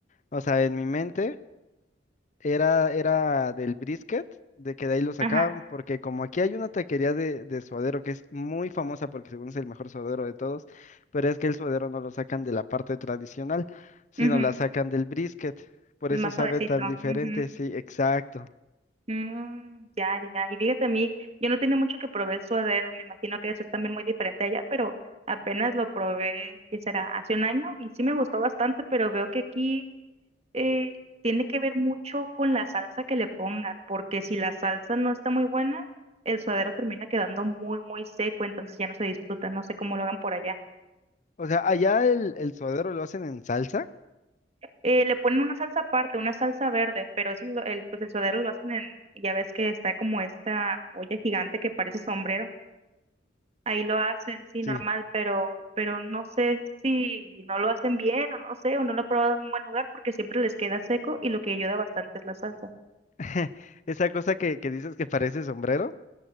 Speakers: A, on the left (about 45°); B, on the right (about 35°).
A: o sea, en mi mente era, era del brisket, de que de ahí lo sacaban,
B: ajá,
A: porque como aquí hay una taquería de, de suadero que es muy famosa porque según es el mejor suadero de todos, pero es que el suadero no lo sacan de la parte tradicional, sino
B: ujú,
A: la sacan del brisket. Por
B: Más
A: eso sabe
B: suavecito.
A: tan diferente,
B: Ujú.
A: sí, exacto.
B: Mm, ya, ya, ya. Y fíjate a mí, yo no tiene mucho que probé el suadero, me imagino que debe ser también muy diferente allá, pero apenas lo probé, ¿qué será? Hace un año y sí me gustó bastante, pero veo que aquí eh, tiene que ver mucho con la salsa que le pongan, porque si la salsa no está muy buena, el suadero termina quedando muy, muy seco, entonces ya no se disfruta, no sé cómo lo hagan por allá.
A: O sea, allá el, el suadero lo hacen en salsa,
B: Eh, le ponen una salsa aparte, una salsa verde, pero eso, lo- el, pues el suadero lo hacen en, ya ves que está como esta olla gigante que parece sombrero ahí lo hacen, sí, normal,
A: sí.
B: pero, pero no sé si no lo hacen bien o no sé, o no lo he probado en un buen lugar porque siempre les queda seco y lo que ayuda bastante es la salsa.
A: <laughs> Esa cosa que, que dices que parece sombrero,